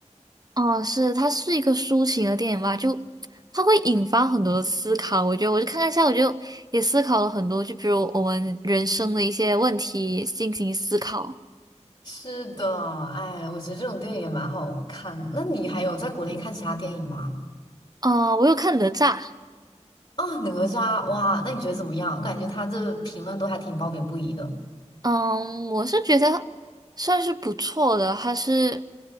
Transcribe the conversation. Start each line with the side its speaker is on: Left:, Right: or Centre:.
Right: 哦，是，它是一个抒情的电影吧？就它会引发很多的思考。我觉得，我就看了一下，我就也思考了很多，就比如我们人生的一些问题进行思考。
Left: 是的，哎，我觉得这种电影也蛮好看的。那你还有在国内看其他电影吗？
Right: 啊，我有看哪吒，
Left: 啊，哪吒，哇，那你觉得怎么样？我感觉他这评论都还挺褒贬不一的。
Right: 嗯，我是觉得算是不错的，还是